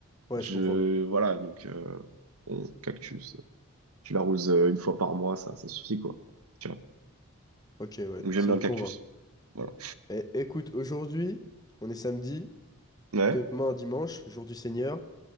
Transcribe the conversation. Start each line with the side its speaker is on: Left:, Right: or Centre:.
Left: Ouais,
Right: Je,
Left: je comprends.
Right: voilà, donc euh, bon, cactus. Tu l'arroses euh, une fois par mois, ça, ça suffit quoi. Tu vois.
Left: Ok, ouais,
Right: Donc j'aime
Left: ça
Right: bien
Left: me
Right: le cactus.
Left: convainc.
Right: Voilà.
Left: Eh, écoute, aujourd'hui, on est samedi,
Right: Ouais.
Left: demain dimanche, jour du Seigneur.